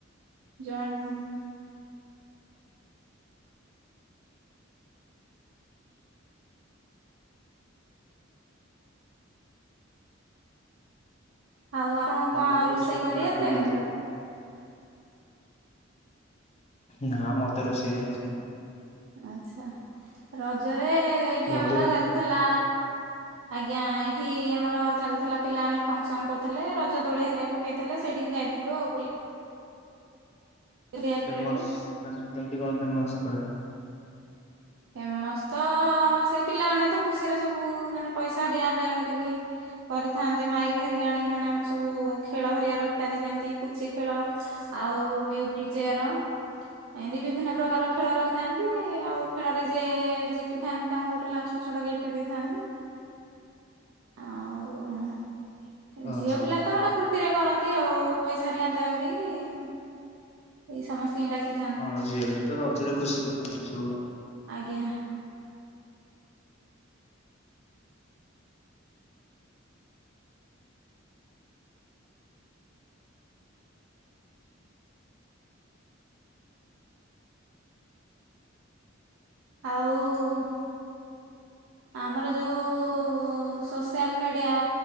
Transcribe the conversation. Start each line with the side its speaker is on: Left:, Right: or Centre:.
Right: ଯଏଣ୍ଟ ନୁହଁ। ଆଉ ଆପଣ କଣ
Left: ରଜରେ
Right: ରୋଷେଇ
Left: ସବୁ
Right: କରି
Left: କୁଆଡେ
Right: ବତେ।
Left: କୁଆଡେ ଯାଇଥିଲେ ନା ମତେ ରୋଷେଇ କରି ଆସେନି।
Right: ଆଛା ରଜରେ ଏଇଠି
Left: ରଜରେ
Right: ଆମର ଚାଲିଥିଲା ଆଜ୍ଞା ଏଇଠି ଆମର ଚାଲିଥିଲା ପିଲାମାନେ ଫଙ୍କସନ କରୁଥିଲେ ରଜ ଦୋଳି ସେଠି ହବ କେଥିଲା ସେଠିକି ଯାଇଥିଲୁ ବୁଲି ହେରିଆ ଖେଳିଲୁ
Left: ଫେମସ ମାନେ କେମତି କଣ ଫେମସ ସେପଟେ?
Right: ଫେମସ ତ ସେ ପିଲାମାନେ ତ ଖୁସିରେ ସବୁ ମାନେ ପଇସା ଆଦାୟ ଆଦୟ କରିକି। କରିଥାନ୍ତି ମାଇକିଘିରିଆ ଆଣିକି ମାନେ ଆମର ସବୁ ଖେଳ ହରଆ ରଖି ନ୍ତି ଯେମିତି ପୁଚି ଖେଳ ଆଉ ମିଉ ଜିକି ଚେୟାର ଏମିତି ବିଭିନ୍ନ ପ୍ରକାର ଖେଳ ରଖିଥାନ୍ତି ଆଉ ରେ ଜିତିଥାନ୍ତି ତାଙ୍କୁ ଗୋଟେ ଲା ଛୋଟ ଛୋଟ ଗିଫ୍ଟ ଦେଇଥାନ୍ତି। ଆଉ
Left: ଓହୋ।
Right: ଝିଅ ପିଲାତ ଗୋଟେ ଖୁସି ରେ କରନ୍ତି ଆଉ ପଇସା ଆଦାୟ କରିକି ଏଇ ସମସ୍ତ ଏଇଡାକି
Left: ହଁ ଝିଅ ପିଲା ତ ରଜରେ ଖୁସିରେ କରନ୍ତି ସବୁ।
Right: ଆଜ୍ଞା। ଆଉ-ଉ ଆମର ଯୋଉ-ଉ ସୋସିଆଲ ମିଡିଆ-ଆ